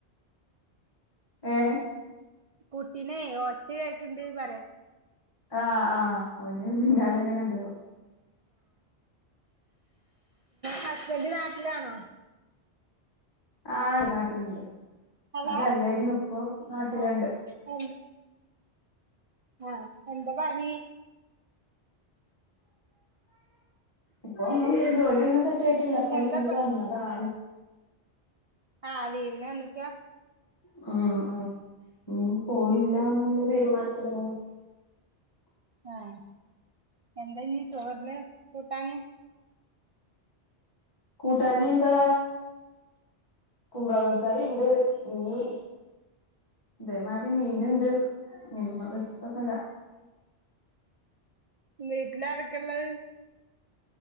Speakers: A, on the left; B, on the right.
A: ഏ
B: കുട്ടിനെ ഒഓച്ച കേക്കണ്ട് പറയാ.
A: ആഹ് ആഹ് ഓന പിന്നെലങ്ങനാണ്ട്.
B: ഹസ്ബൻഡ് നാട്ടിലാണോ?
A: ആടെ നാട്ടിലുണ്ട്.
B: ഹലോ
A: അട അല്ലായിരുന്നു ഇപ്പൊ നാട്ടിലുണ്ട്.
B: ആഹ് എന്ത് ആഹ് എന്താ പണി?
A: ഇപ്പോ ജോലിയൊന്നും സെറ്റ് ട്ടില്ല പ്പോ
B: എന്താപ്പ
A: ലീവില് വന്നതാണ്
B: ആഹ് ലീവിന് വന്നക്കാ.
A: മ് മ് ഞ്ഞി പോണില്ല ന്നാ തീരുമാനത്തിൽ ങ്ങനെ-
B: ആഹ് എന്താ ഞ്ഞി ചോറിന് കൂട്ടാന്?
A: കൂട്ടാന് എന്താ? കുമ്പളങ്ങാ കറിണ്ട് ഞ്ഞി. ദേ മാരി മീൻ ണ്ട് പിന്നൊന്നുല്ല
B: വീട്ടിലാരെക്കല്ലേ?